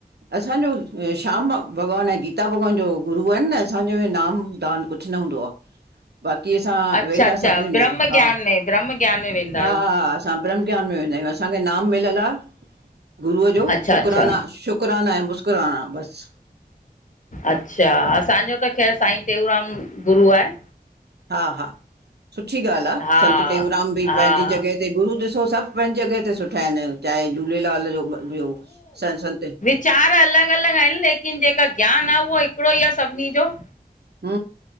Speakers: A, on the right; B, on the left.
A: असांजो श्याम भ भगवान आहिन। गीता भॻवान जो गुरू आहिनि न असांजो नाम दान कुछ न हूंदो आह। बाक़ी असां
B: अच्छा
A: वेंदा
B: अच्छा
A: सभिनी
B: ब्रह्म
A: में आहियूं हा,
B: ज्ञान में ब्रह्म ज्ञान में वेंदा आहियो
A: हा, हा असां ब्रह्म ज्ञान में वेंदा आहियूं असांखे नाम मिलियल आह गुरू अ जो
B: अच्छा
A: शुकराना
B: अच्छा
A: शुक कुराना आहे मुस्कराना हा, बस।
B: अच्छा असांजो त खैर साईं टेऊंराम गुरू आहे।
A: हा, हा सुठी ॻाल्हि आह,
B: हा
A: संत टेऊंराम बि
B: हा
A: पंहिंजी जॻह त गुरू ॾिसो सभु पंहिंजी जॻह ते सुठा आहिनि चाहे झूलेलाल जो ॿियो स संत
B: चार अलॻि अलॻि आहिनि लेकिन जेका ज्ञान आहे उहो हिकिड़ो हीअं आह सभिनी जो
A: हु